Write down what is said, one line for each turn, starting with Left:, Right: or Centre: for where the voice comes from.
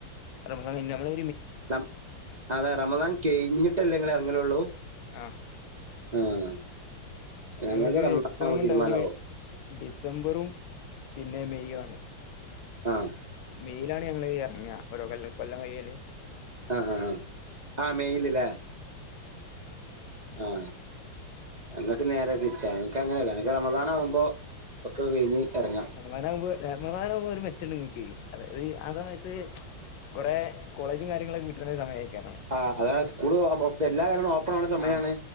Left: റമളാനില് നമ്മള്
Right: റം അതെ റമളാന് കെഴിഞ്ഞിട്ടല്ലേ ഇങ്ങളെറങ്ങലുള്ളൂ
Left: ആഹ്
Right: ആഹ് ഞങ്ങൾത്ത്
Left: ഞങ്ങൾക്ക്
Right: റമളാനാവുമ്പം
Left: എക്സാം ഉണ്ടാവല്
Right: തീരുമാനാവും
Left: ഡിസംബറും പിന്നെ മെയ് ആണ്
Right: ആഹ്
Left: മെയിലാണ് ഞങ്ങള് എറ്ങ്ങാ ഓരോ കൊല്ലം കൊല്ലം കയ്യല്
Right: ആഹ് ആഹ് ആഹ് ആഹ് മെയില്ല്ലേ ആഹ് ഞങ്ങക്ക് നേരെ തിരിച്ചാണ് ഇന്ക്ക്ങ്ങനെല്ല ഇന്ക്ക് റമളാനവുമ്പോ ഒക്കെ കഴിഞ്ഞ് എറങ്ങാ
Left: റമളാനാവുമ്പോ റമളാനാവുമ്പോ ഒരു മെച്ചണ്ട് ഇങ്ങക്ക് അതായത് ആ സമയത്ത് കൊറെ കോളേജും കാര്യങ്ങളൊക്കെ കിട്ട്ണെ സമയേക്കാരം
Right: ആഹ് അത സ്കൂള് ആകുമ്പോ എല്ലാ കാരണം ഓപ്പൺ ആകണെ സമയമാണെ
Left: ആഹ്